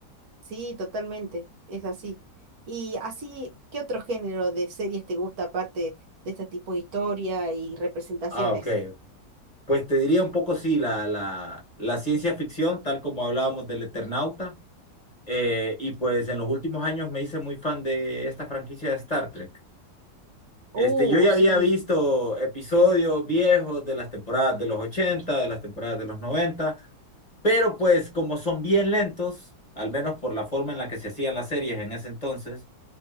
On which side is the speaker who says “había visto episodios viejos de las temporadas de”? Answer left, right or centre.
Left